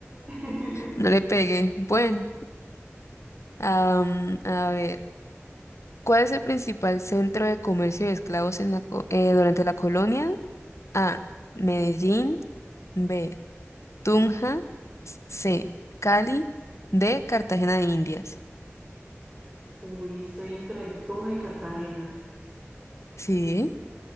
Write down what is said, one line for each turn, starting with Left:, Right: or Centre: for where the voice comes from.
Right: <laughs>
Left: no le pegué. Bueno, am, a ver. ¿Cuál es el principal centro de comercio de esclavos en la co- eh, durante la colonia? A. Medellín. B. Tunja. C. Cali. D. Cartagena de Indias.
Right: Uy, estoy entre Tunja y Cartagena.
Left: Sí,